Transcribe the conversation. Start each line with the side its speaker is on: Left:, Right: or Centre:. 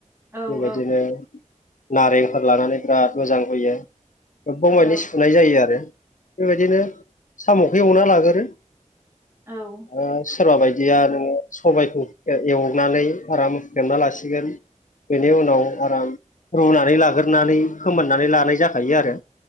Right: औ
Left: बेबायदिनो
Right: औ
Left: नारेंफोर लानानै बिराद मोजां हुयो बगाइनि
Right: औ
Left: सुनाय जायो आरो बेबायदिनो साम'खौ एवना लागोरो
Right: औ ओं
Left: ओ सोरबा बायदिया नोङो सबायखौ एवनानै आराम ख्रेमना लासिगोन बेनि उनाव आराम रुनानै लाग्रोनानै फोमोननानै लानाय जाखायो आरो